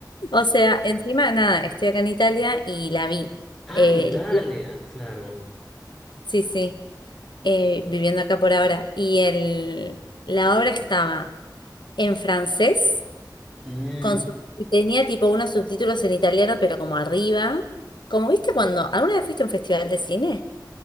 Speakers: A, on the left; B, in the centre.
A: O sea, encima, nada, estoy acá en Italia y la vi.
B: Ah,
A: Eh,
B: en Italia,
A: El- día-
B: claro.
A: sí, sí, eh, viviendo acá por ahora. Y el, la obra estaba en francés
B: Mm,
A: con sub- y tenía tipo unos subtítulos en italiano, pero como arriba. Como viste cuando, ¿alguna vez fuiste a un festival de cine?